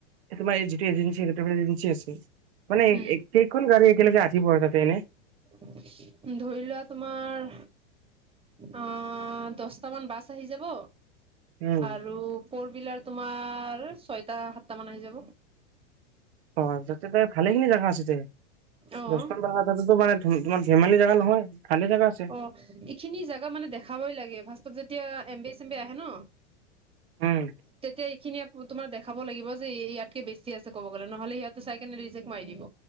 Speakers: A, on the right; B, on the right.
A: তোমাৰ যিটো এজেঞ্চি এজেঞ্চি আছে মানে
B: উম
A: কেইখন গাড়ী একেলগে আহিব আৰু তাতে এনে
B: ধৰি লোৱা তোমাৰ অ দছটামান বাছ আহি যাব
A: উম।
B: আৰু ফৰ উইলাৰ তোমাৰ ছয়টা সাতটা মান আহি যাব।
A: অ যাতে তাত ভালেখিনি জেগা আছে তে।
B: অ',
A: দছখন বাহান আতেতো মানে তোমাৰ ধেমালি জেগা নহয়! ভালে জাগা আছে
B: অ এইখিনি জাগা মানে দেখাবই লাগে ফাৰ্ষ্টত যেতিয়া এম বে চেম বে আহে ন
A: উম।
B: তেতিয়া এইখিনি আ তোমাক দেখাব লাগিব যে এই ইয়াতকে বেছি আছে ক'ব গ'লে, নহ'লে ইয়াতে চাইকেনে ৰিজেক্ট মাৰি দিব।